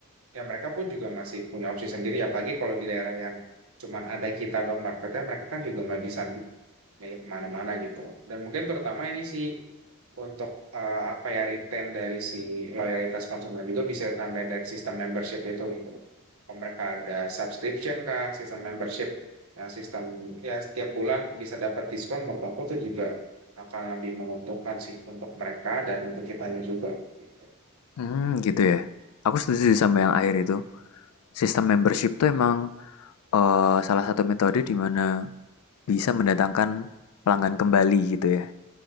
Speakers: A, on the right; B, on the left.
A: ya mereka pun juga masih punya opsi sendiri apalagi kalau di daerah yang cuman ada kita dok marketnya mereka kan juga nggak bisa bi- milih kemana-mana gitu dan mungkin terutama ini sih untuk eh, apa ya return dari si loyalitas konsumen juga bisa tambahin dari sistem membership itu gitu. Oh, Mereka ada subscription kah, sistem membership, nah sistem ya setiap bulan bisa dapat diskon. Menurut aku tuh juga akan lebih menguntungkan sih untuk mereka dan untuk kitanya juga. Gitu.
B: Hmm, gitu ya. Aku setuju sama yang akhir itu. Sistem membership tuh emang eh, salah satu metode di mana bisa mendatangkan pelanggan kembali gitu ya.